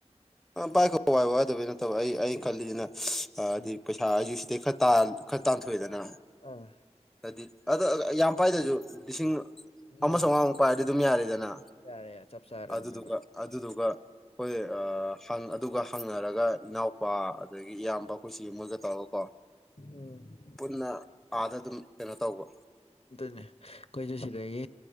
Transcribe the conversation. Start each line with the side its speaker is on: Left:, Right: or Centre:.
Centre: ꯑ ꯕꯥꯏꯛ ꯋꯥꯏ ꯋꯥꯗꯕꯩ ꯅꯠꯇꯕ ꯑꯩ ꯑꯩꯅ ꯈꯜꯂꯤꯁꯤꯅꯗꯤ
Left: ꯎꯝ
Centre: ꯑꯩꯁꯨ ꯁꯤꯗꯩꯩ ꯈꯥꯔ ꯈꯔ ꯇꯥꯟꯊꯣꯛꯑꯦꯗꯅ
Left: ꯑꯥ
Centre: ꯍꯥꯏꯗꯤ ꯑꯗꯣ ꯌꯥꯝ ꯄꯥꯏꯗꯁꯨ ꯂꯤꯁꯤꯡ
Left: ꯍꯣꯏ
Centre: ꯑꯃ ꯆꯝꯉꯥꯃꯨꯛ ꯄꯥꯏꯔꯗꯤ ꯑꯗꯨꯝ ꯌꯥꯔꯦꯗꯅ
Left: ꯌꯥꯔꯦ ꯆꯞ ꯆꯥꯔꯕꯅꯦꯗ
Centre: ꯑꯗꯨꯗꯨꯒ ꯑꯗꯨꯗꯨꯒ ꯑꯩꯈꯣꯏ ꯑꯥ ꯍꯪ ꯑꯗꯨꯒ ꯍꯪꯅꯔꯒ ꯏꯅꯥꯎꯄꯥ ꯑꯗꯒꯤ ꯏꯌꯥꯝꯕ ꯑꯩꯈꯣꯏꯁꯤ ꯃꯣꯏꯒ ꯇꯧꯔꯒ ꯀꯣ
Left: ꯎꯝ
Centre: ꯄꯨꯟꯅ ꯑꯥꯗ ꯑꯗꯨꯝ ꯀꯩꯅꯣ ꯇꯧꯕ
Left: ꯑꯗꯨꯅꯤ ꯑꯩꯈꯣꯏꯁꯨ ꯁꯤꯗꯒꯤ